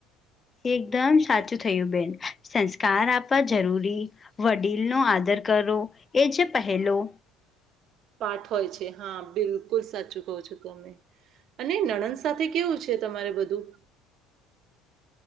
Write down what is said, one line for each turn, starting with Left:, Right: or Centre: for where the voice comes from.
Left: એકદમ સાચું થયું બેન સંસ્કાર આપવા જરૂરી વડીલનો આદર કરો એ જે પહેલો
Right: પાઠ હોય છે હા બિલકુલ સાચું કહું છો તમે અને નણંદ સાથે કેવું છે તમારે બધું?